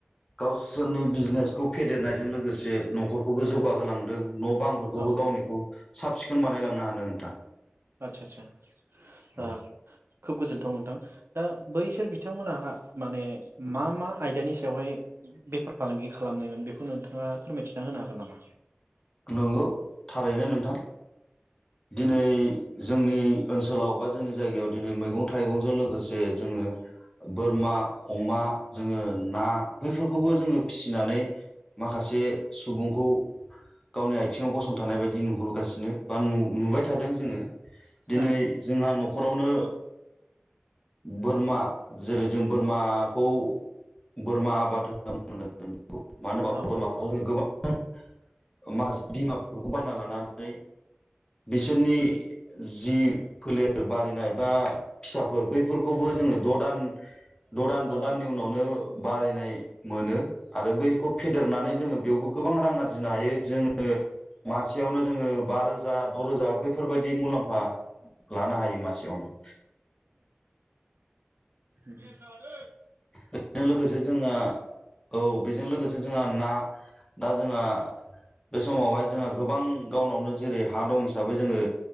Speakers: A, on the left; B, on the right.
A: गावसोरनि बिजनेस खौ फेदेरनायजों लोगोसे नखरखौबो जौगाहोलांदों न बांफोरखौबो
B: औ
A: गावनिखौ साब सिखोन बानायलांनो हादों नोंथां।
B: आच्छा आच्छा
A: औ
B: ओ खोब गोजोनथाव नोंथां, दा बैसोर बिथांमोनहा माने मा मा आयदानि सायावहाय बेफार फालांगि खालामनायमोन बेखौ नोंथाङा फोरमायथिना होनो हागोन नामा?
A: नंगौ थारैनो नोंथां। दिनै जोंनि ओनसोलाव बा जोंनि जायगायाव दिनै मैगं थाइगंजों लोगोसे जोङो बोरमा अमा जोङो ना बैफोरखौबो जोङो फिसिनानै माखासे सुबुंखौ गावनि आथिङाव गसंथानाय बायदि नुहुरगासिनो। बा नु नुबाय
B: औ
A: थादों जोङो, दिनै
B: ओं
A: जोंहा न नखरावनो बोरमा जेरै जों बोरमाखौ बोरमा आबाद होना बुंदों मानो होनबा
B: औ
A: बोरमाखौ जों गोबां <unintelligible> माखासे बिमाफोरखौ बायना लानानै बिसोरनि जि फोलेर बारायनाय बा फिसाफोर बैफोरखौबो जोङो द दान द दान द
B: औ
A: दाननि उनावनो बारायनाय मोनो आरो बैखौ फेदेरनानै जोङो बेयावबो गोबां रां आरजिनो हायो। जोङो मासेयावनो जोङो बा रोजा द रोजा बैफोरबायाददि मुलाम्फा लानो हायो मासेयावनो।
B: बि जानो
A: बेजों लोगोसे जोंहा, औ बेजों लोगोसे जोंहा ना दा जोंहा बे समावहाय जोंहा गोबां गावनावनो जेरै हा दं हिसाबै जोङो